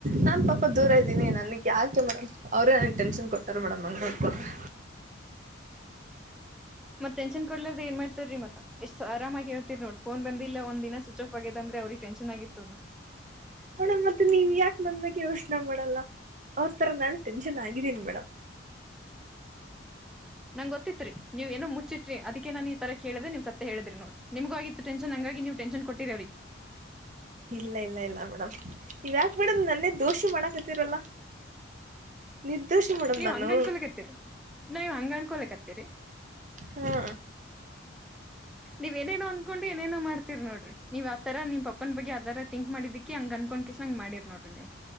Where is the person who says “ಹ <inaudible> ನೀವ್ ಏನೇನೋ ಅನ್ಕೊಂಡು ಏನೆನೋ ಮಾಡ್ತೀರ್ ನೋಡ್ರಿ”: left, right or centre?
Centre